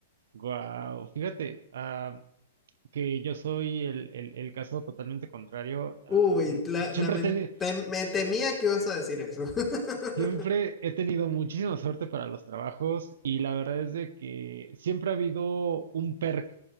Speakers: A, on the right; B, on the left.
A: Guau. Fíjate, ah, que yo soy el, el- el caso totalmente contrario. Am,
B: Uy, la-
A: siempre
B: lamen-
A: he tenido,
B: te- me temía que ibas a decir eso. <laughs>
A: Siempre he tenido muchísima suerte para los trabajos y la verdad es de que siempre ha habido un perk